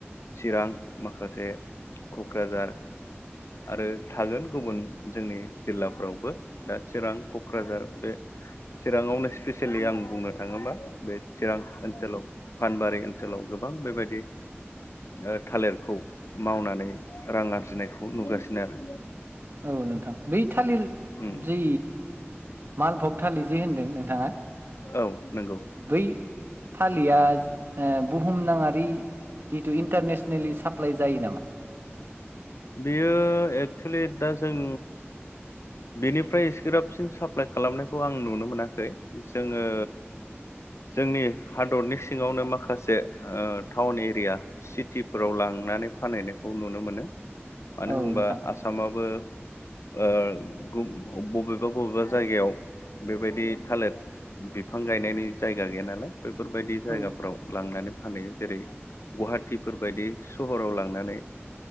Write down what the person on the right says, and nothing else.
औ नोंथां बै थालिर
जि मालभग थालिर जे होनदों नोंथाङा
बै थालिया बुहुम नांङारि जिथु इन्टारनेसनेलि साप्लााय जायो नामा
औ
नोंथां
औ